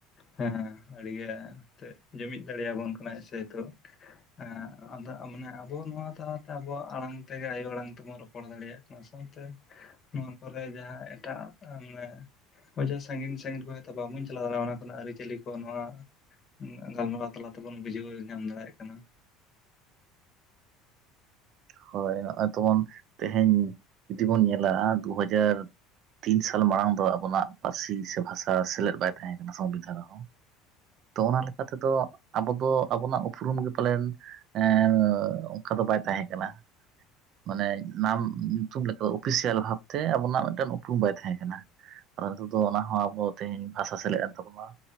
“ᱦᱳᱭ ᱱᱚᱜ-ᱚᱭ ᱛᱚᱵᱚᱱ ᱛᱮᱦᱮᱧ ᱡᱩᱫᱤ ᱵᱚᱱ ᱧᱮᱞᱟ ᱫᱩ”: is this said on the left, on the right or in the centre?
Right